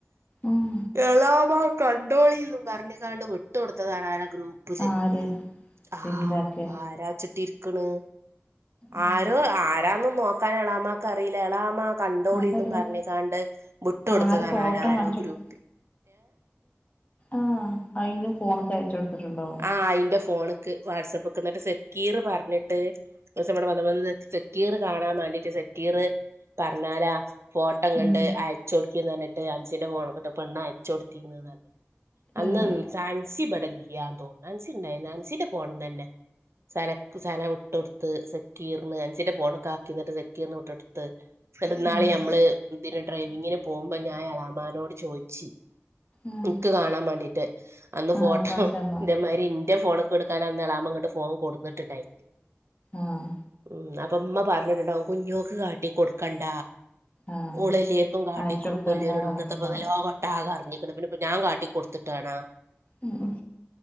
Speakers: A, on the left; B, on the right.
A: ഉം
B: എളാമ്മ കണ്ടോളിന്നുംപറഞ്ഞിക്കാണ്ട് വിട്ടുകൊടുത്തതാണ് <unintelligible> <unintelligible>
A: ആര്
B: ആ
A: ജലീലാക്കെ
B: ആരാച്ചട്ടില്
A: ഉം
B: ആരോആരാന്ന്നോക്കാ നെളാമാക്കറിയില്ല എളാമാ കണ്ടോളിന്നും
A: അതല്ല
B: പറഞ്ഞികാണ്ട് വുട്ട് കൊടുത്തതാണ്
A: ആര് ഫോട്ടോ
B: ആരാരോ
A: കാണിച്ചു
B: ഗ്രൂപ്പില്
A: കൊടുത്ത് ആഹ് അയിന് ഫോണൊക്കെ അയച്ചൊടുത്തിട്ടുണ്ടോ
B: ആഹ് അയിന്റെ ഫോണ്ക്ക് വാട്സഅപ്പ്ക്കെ ന്നിട്ട് സെക്കീർ പർഞ്ഞിട്ട് ഒരുസം ഇവടെ വന്നപ്പ <unintelligible> സെക്കീറ് കാണാവാണ്ടീട്ട് സെക്കീറ് പറഞ്ഞാരാ ഫോട്ടം കണ്ട്
A: ഉം
B: അയച്ചൊടുക്കിന്ന്പർന്നിട്ട് അൻസിന്റെ ഫോണുക്കിട്ട് പെണ്ണയച്ചുകൊടുത്തിന്ന് <unintelligible> അന്ന്
A: ഏഹ്
B: അൻസി ഇവടെയില്ല്യാന്ന്തോന്നുന്ന് അൻസിണ്ടായിന്നാ അൻസിന്റെ ഫോണിന്നന്നെ സനക്ക് സന വിട്ടൊടുത്ത് സക്കീർന് അൻസീന്റെ ഫോണൊക്കാക്കിന്നർഞ്ഞിട്ട് സക്കീർന് വിട്ടൊടുത്ത് <unintelligible>
A: ഉം
B: ഞമ്മള് <unintelligible> ഡ്രൈവിങ്ങിന് പോകുമ്പോ ഞാ എളാമ്മാനോട് ചോയിച്ച്
A: ആഹ്
B: നിക്ക് കാണാമാണ്ടീട്ട് അന്ന്
A: ആഹ്
B: ഫോട്ടം
A: കാണിച്ചന്നാ
B: അതെമാരി ഇന്റെ ഫോണൊക്കെടുക്കാനാന്ന് എളാമ്മങ്ങട്ട്ഫോൺകൊടുന്നട്ടുണ്ടായി
A: ആഹ്
B: ഉം അപ്പംമ്മ പറഞ്ഞിട്ടുണ്ടാവും കുഞ്ഞോക്ക്‌ കാട്ടി കൊടുക്കണ്ട
A: ആഹ്
B: ഓളല്ലേര്ക്കും കാട്ടി
A: അയച്ചു
B: കൊട്ക്കുംല്ലോരോടും
A: കൊടുക്കണ്ടാന്ന് പറഞ്ഞിട്ടുണ്ടാവും
B: ന്ത്‌ത്താപ്പതല്ലാ ട്ടാകറിഞ്ഞിക്ക്‌ണ് പിന്ന ഇപ്പ ഞാ കാട്ടിക്കൊടുത്തിട്ടാണാ
A: ഉഹും